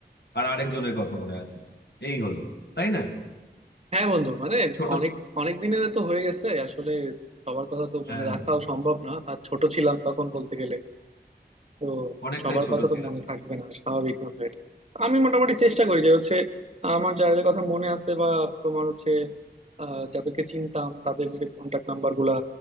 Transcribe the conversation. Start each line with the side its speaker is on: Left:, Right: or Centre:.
Left: আর আরেকজনের কথা মনে আছে এই হলো তাই না
Right: হ্যাঁ বন্ধু মানে
Left: ছোট
Right: অনেক অনেক দিনের তো হয়ে গেছে আসলে সবার কথা তো
Left: হ্যাঁ
Right: মনে রাখাও সম্ভব না আর ছোট ছিলাম তখন বলতে গেলে তো
Left: অনেকটাই
Right: সবার
Left: ছোট
Right: কথা
Left: ছিল
Right: তো মনে থাকবে না স্বাভাবিক ভাবে এটা আমি মোটামুটি চেষ্টা করি যে হচ্ছে আমার যাদের কথা মনে আছে বা তোমার হচ্ছে আহ, যাদেরকে চিনতাম তাদের কন্ট্যাক্ট নাম্বার গুলা